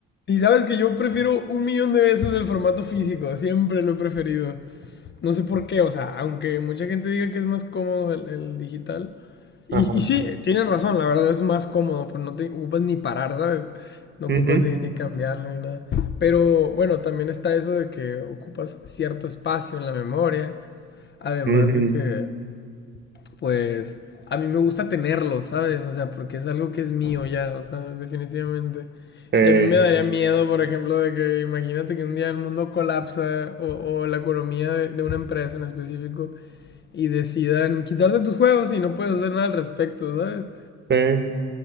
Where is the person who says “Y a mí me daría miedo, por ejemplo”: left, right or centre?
Left